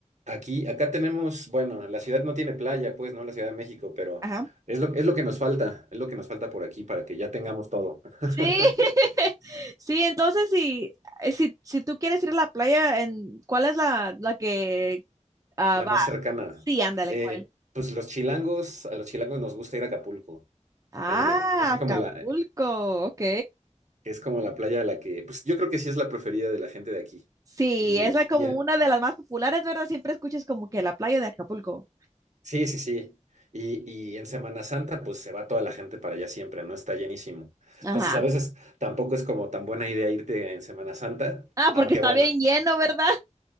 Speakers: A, on the right (about 65°); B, on the right (about 25°).
A: Aquí, acá tenemos, bueno, la ciudad no tiene playa, pues, ¿no? La Ciudad de México, pero
B: Ajá.
A: es lo, es lo que nos falta, es lo que nos falta por aquí para que ya tengamos todo. <laughs>
B: Sí, <laughs> Sí, entonces si, eh, si, si tú quieres ir a la playa, en, ¿cuál es la, la que ah,
A: La
B: va?
A: más cercana.
B: Sí, ándale,
A: Eh,
B: ¿cuál?
A: pues los chilangos, a los chilangos nos gusta ir a Acapulco.
B: Ah,
A: eh, es como
B: Acapulco,
A: la,
B: ok.
A: es como la playa de la que, pues yo creo que sí es la preferida de la gente de aquí.
B: Sí,
A: Y,
B: es Sí. la, como
A: y,
B: una de las más populares, ¿verdad? Siempre escuchas como que la playa de Acapulco.
A: Sí, sí, sí. Y, y en Semana Santa, pues se va toda la gente para allá siempre, ¿no? Está llenísimo.
B: Ajá.
A: Entonces, a veces tampoco es como tan buena idea irte en Semana Santa,
B: Ah, porque
A: aunque
B: está
A: bueno,
B: bien lleno, ¿verdad?